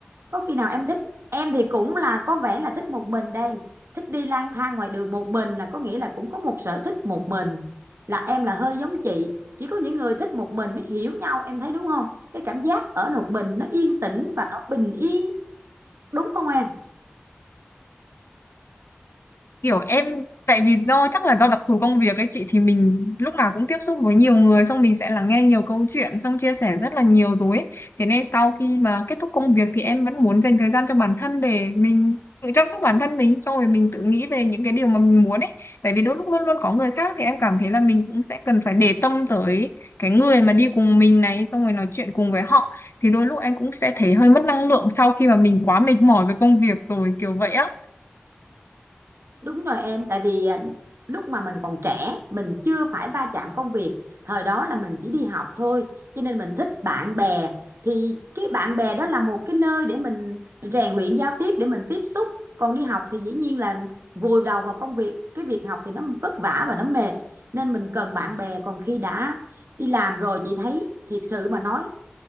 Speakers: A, on the right; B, on the left.
A: có khi nào em thích em thì cũng là có vẻ là thích một mình đây thích đi lang thang ngoài đường một mình là có nghĩa là cũng có một sở thích một mình là em là hơi giống chị chỉ có những người thích một mình mới hiểu nhau em thấy đúng không cái cảm giác ở một mình nó yên tĩnh và nó bình yên đúng không em
B: kiểu em tại vì do chắc là do đặc thù công việc ấy chị thì mình lúc nào cũng tiếp xúc với nhiều người xong mình sẽ lắng nghe nhiều câu chuyện xong chia sẻ rất là nhiều rồi ấy. Thế nên sau khi mà kết thúc công việc thì em vẫn muốn dành thời gian cho bản thân để mình tự chăm sóc bản thân mình xong rồi mình tự nghĩ về những cái điều mà mình muốn ấy tại vì đôi lúc luôn luôn có người khác thì em cảm thấy là mình cũng sẽ cần phải để tâm tới cái người mà đi cùng mình này xong rồi nói chuyện cùng với họ thì đôi lúc em cũng sẽ thấy hơi mất năng lượng sau khi mà mình quá mệt mỏi với công việc rồi kiểu vậy á
A: Đúng rồi em, tại vì à, lúc mà mình còn trẻ, mình chưa phải va chạm công việc, thời đó là mình chỉ đi học thôi, cho nên mình thích bạn bè. Thì cái bạn bè đó là một cái nơi để mình rèn luyện giao tiếp, để mình tiếp xúc. Còn đi học thì dĩ nhiên là vùi đầu vào công việc, cái việc học thì nó vất vả và nó mệt, nên mình cần bạn bè. Còn khi đã đi làm rồi chị thấy, thiệt sự mà nói,